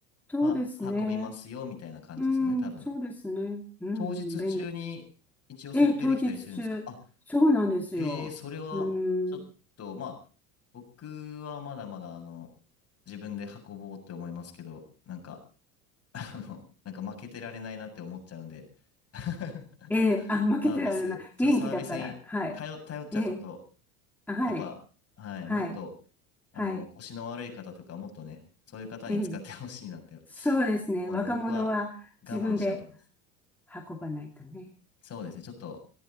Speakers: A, in the centre; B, on the left.
A: そうですね。
B: まあ、運びますよ、みたいな感じですよね、
A: うん、
B: 多分。
A: そうですね。うん、うん便利。
B: 当日中に一応設定できたりするんですかあ、
A: ええ、当日中。そうなんですよ。
B: えー、それは、
A: うん、
B: ちょっと、まあ、僕はまだまだ、あの、自分で運ぼうって思いますけど、なんか、あの、なんか負けてられないなって思っちゃうんで、<laughs>
A: ええ、あ、負けてられない。
B: サービス、ちょっとサービスに頼、
A: 元気だから、はい。
B: 頼っちゃちょっと、
A: ええ、あはい、
B: やっぱ、はい、
A: はい、
B: もっと、あの、
A: はい。
B: 腰の悪い方とか、もっとね、そういう方に使ってほしいなって
A: ええ、そうですね。
B: 思うんで、
A: 若者は自分で
B: <laughs> 僕は我慢しようと思います。
A: 運ばないとね。
B: そうですね、ちょっと、